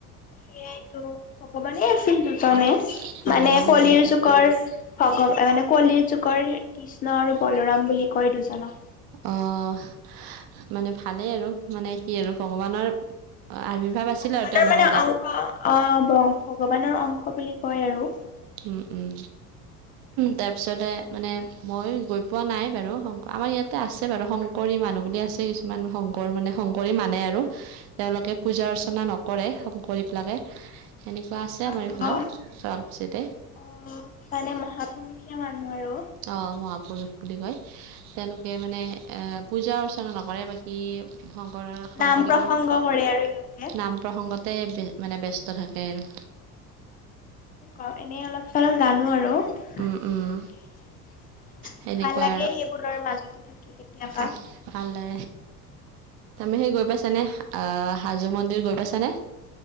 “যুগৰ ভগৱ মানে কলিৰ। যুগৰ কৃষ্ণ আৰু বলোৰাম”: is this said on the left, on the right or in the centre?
Left